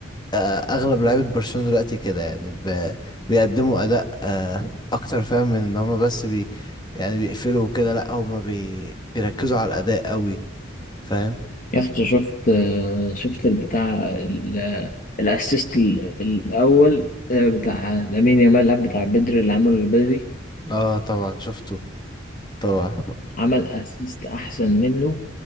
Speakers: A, on the left; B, on the left.
A: اه، اغلب لعيبه برشلونة دلوقتي كده يعني ب- بيقدموا اداء اه، اكتر فاهم من ان هما بس بي يعني بيقفلوا وكده لا هما بي بيركزوا على الاداء قوي فاهم
B: يا اسطى شفت شفت البتاع ال- الاسيست ال- الاول آه، بتاع لامين يامال لا بتاع بدري اللي عمله البدري
A: اه طبعا شفته طبعا
B: عمل اسيست احسن منه